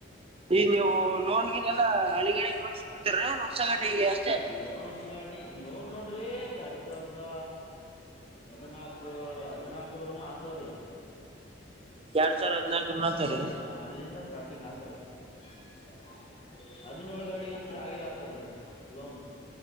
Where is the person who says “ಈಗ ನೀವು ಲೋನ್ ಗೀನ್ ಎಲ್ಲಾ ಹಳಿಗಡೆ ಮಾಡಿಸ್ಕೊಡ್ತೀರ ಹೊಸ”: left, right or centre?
Right